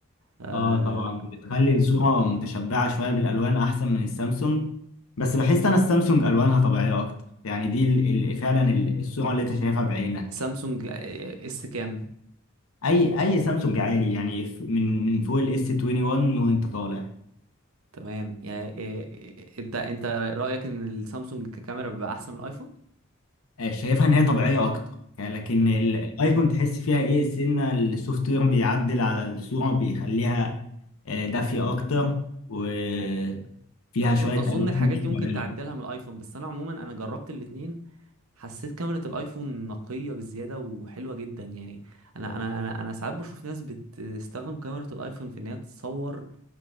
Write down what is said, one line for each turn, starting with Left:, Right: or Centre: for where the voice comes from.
Right: آه،
Left: اه طبعا بتخلي الصورة متشبعة شوية بالألوان أحسن من السامسونج بس بحس أنا السامسونج ألوانها طبيعية أكتر يعني دي ال- ال- فعلا ال- الصورة اللي أنت شايفها بعينك
Right: سامسونج آه، اس كام
Left: أي أي سامسونج عالي يعني ف- من من فوق ال S21 وأنت طالع
Right: تمام يعني آه، آه، انت انت رأيك ان السامسونج ككاميرا بيبقى احسن من الايفون
Left: آه، شايفها إن هي طبيعية أكتر يعني لكن
Right: مم.
Left: ال- الأيفون تحس فيها إيه سنة السوفت وير بيعدل على الصورة بيخليها آه، دافية أكتر وفيها شوية
Right: اظن اظن
Left: ألوان
Right: الحاجات
Left: مش
Right: دي
Left: طبيعية
Right: ممكن تعدلها من الايفون بس انا عموما انا جربت الاتنين حسيت كاميرا الايفون نقية بزيادة وحلوة جدا يعني انا انا انا انا ساعات بشوف ناس بتستخدم كاميرا الايفون في ان هي تصور